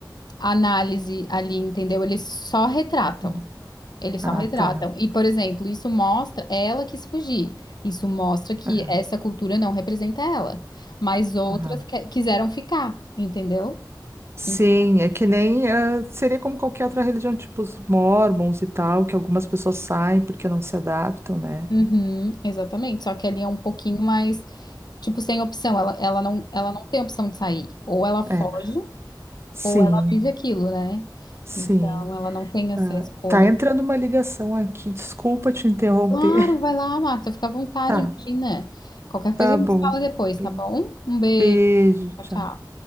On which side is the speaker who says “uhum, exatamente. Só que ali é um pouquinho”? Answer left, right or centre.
Left